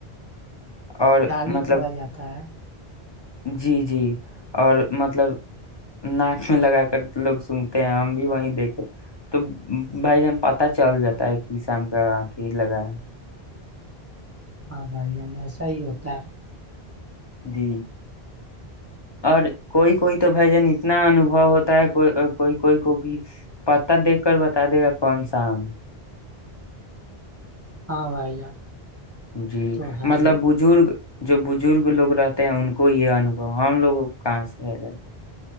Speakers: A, on the left; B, on the right.
A: اور
B: ڈال ہی
A: مطلب
B: تھوڑا جاتا ہے
A: جی جی اور مطلب ناک میں لگا کر لوگ سنگتے ہیں ہم بھی وہی دیکھے تو بھائی جان پتا چل جاتا ہے کہ شام کا آنکھیں لگا ہے
B: ہاں بھائی صحیح ہوتا ہے
A: جی اور کوئی کوئی تو بھائی جان اتنا انوبو ہوتا ہے کوئی کوئی کوئی کو پتاہ دیکھ کر بتا دے گا کون سا ہمم
B: ہاں بھائی جان
A: جی
B: وہ تو ہے
A: مطلب
B: ہی
A: بزرگ جو بزرگ لوگ رہتے ہیں ان کو یہ انوبو ہم لوگوں کو کہاں سے ہے گا